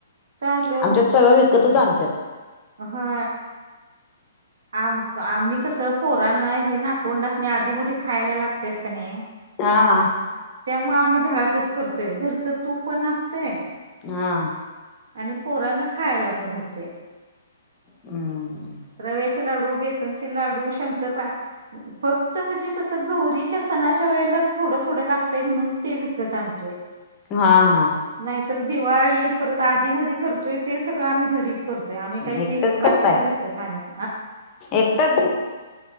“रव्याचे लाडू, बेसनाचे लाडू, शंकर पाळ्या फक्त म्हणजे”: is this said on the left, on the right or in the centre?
Right